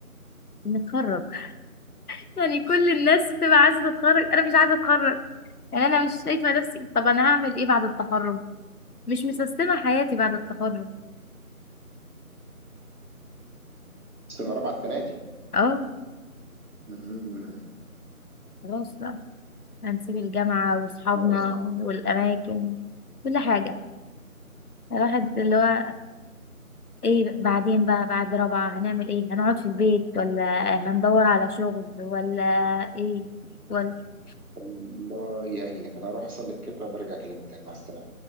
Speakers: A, on the left; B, on the right.
A: نتخرج <laughs> يعني كل الناس بتبقى عايزة تتخرج انا مش عايزة اتخرج يعني انا مش شايفة نفسي طب انا هعمل ايه بعد التخرج مش مسستمة حياتي بعد التخرج
B: سنه رابعه السنه دي
A: اه
B: مم.
A: خلاص بقى هنسيب الجامعة واصحابنا
B: اه
A: والاماكن كل حاجة الواحد اللي هو ايه بعدين بقى بعد رابعة هنعمل ايه هنقعد في البيت ولا هندور على شغل ولا ايه ولا
B: الله يعينك انا هروح اصلي كده وبرجع اكلمك تاني مع السلامه